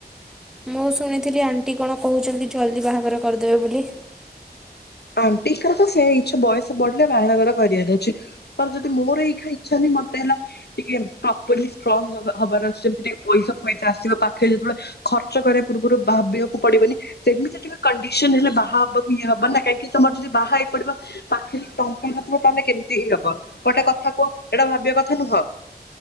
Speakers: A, in the centre; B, on the left.
A: ମୁଁ ଶୁଣିଥିଲି ଆଣ୍ଟି କଣ କହୁଛନ୍ତି ଜଲ୍ଦି ବାହାଘର କରିଦେବେ ବୋଲି।
B: ଆଣ୍ଟିଙ୍କର ତ ସେ ଇଛା ବୟସ ବଢିଲେ ବାହାଘର କରିବାର ଅଛି। ପ ଯଦି ମୋର ଏଇଖୀନା ଇଛା ନାହିଁ ମତେ ହେଲା ଟିକେ ପ୍ରପରଲି ଷ୍ଟ୍ରଙ୍ଗ ହବା ହବାର ଅଛି ଯେମିତି ଟିକେ ପଇସା ପଇସା ଆସିବ ପାଖେ ଯେତେବେଳେ ଖର୍ଚ୍ଚ କରିବା ପୂର୍ବରୁ ଭାବିବାକୁ ପଡିବନି। ସେମିତି ଟିକେ କଣ୍ଡିସନ ହେଲେ ବାହା ହବାକୁ ଇଏ ହବନା। କାହିଁକି ତମର ଯଦି ବାହା ହେଇ ପଡିବ ପାଖରେ ଟଙ୍କା ନଥିବ ତାହେଲେ କେମିତି ହି ହବ। ଗୋଟେ କଥା କୁହ ଏଇଟା ଭାବିବା କଥା ନୁହଁ।